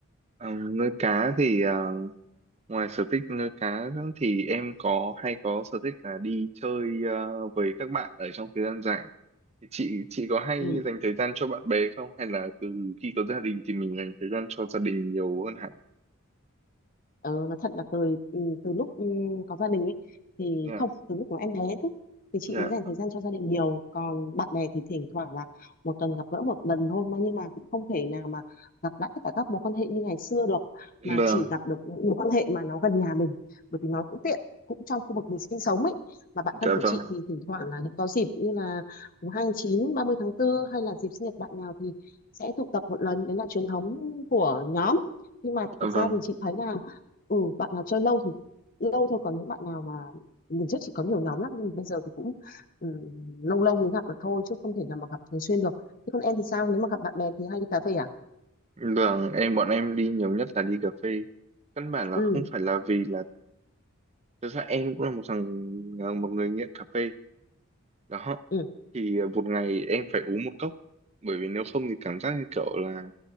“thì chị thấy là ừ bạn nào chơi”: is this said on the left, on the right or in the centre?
Left